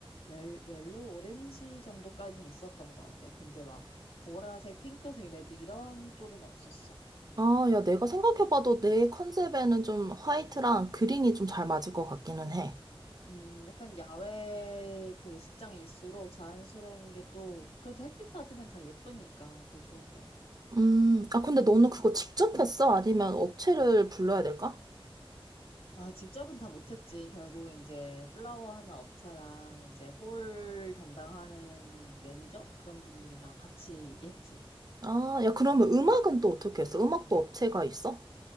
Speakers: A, on the left; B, on the right.
A: 옐, 옐로우, 오렌지 정도까지는 있었던 것 같아. 근데 막 보라색, 핑크색, 레드 이런 쪽은 없었어.
B: 아, 야, 내가 생각해봐도 내 컨셉에는 좀 화이트랑 그린이 좀 잘 맞을 것 같기는 해.
A: 음, 약간 야외 그 식장일수록 자연스러운 게 또 그래도 햇빛 받으면 다 예쁘니까 그게 좋은 것 같아.
B: 음, 아, 근데 너는 그거 직접 했어? 아니면 업체를 불러야 될까?
A: 아, 직접은 다 못했지. 결국 이제 플라워 하는 업체랑 이제 홀 담당하는 이제 매니저? 그런 분들이랑 같이 했지.
B: 아, 야, 그러면 음악은 또 어떻게 했어? 음악도 업체가 있어?